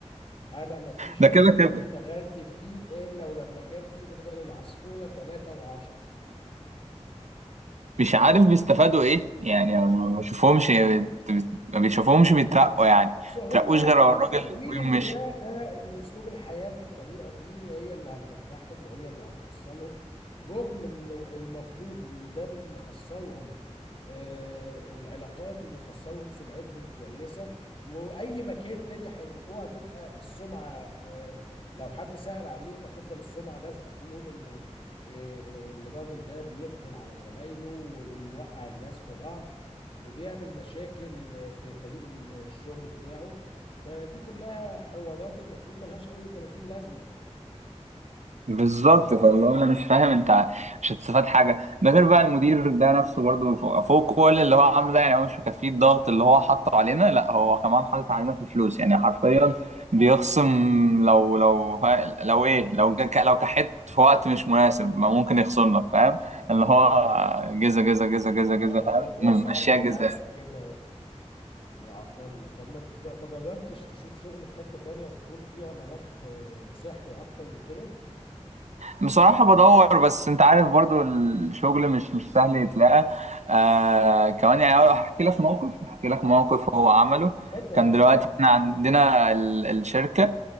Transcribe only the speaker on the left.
انا ما فيش
مكان
اشتغلت فيه الا ولما كان فيه بدل العصفوره 3 و10
بس هم
هم
فاكرين
ان
ده ده ان اسلوب الحياه في الطريقه دي هي اللي هتنجحهم وهي اللي هتوصلهم رغم انه المفروض انه ده بيخسرهم آه العلاقات وبيخسرهم سمعتهم الكويسه واي مكان تاني هيروحوه هتبقى السمعه آه لو حد سأل عليهم هتفضل السمعه لازقه فيهم انه آه الراجل ده بيفتن على زمايله وبيوقع الناس في بعض وبيعمل مشاكل في فريق الشغل بتاعه فدي كلها حوارات المفروض ملهاش اي 30 لازمه يعني
لا
الموضوع صعب
قوي
عندك كده يا عبد الله طب ما تج- ما جربتش تشوف شغل في حته تانية تكون فيها مناخ آه، صحي اكتر من كده
اتفضل
ايه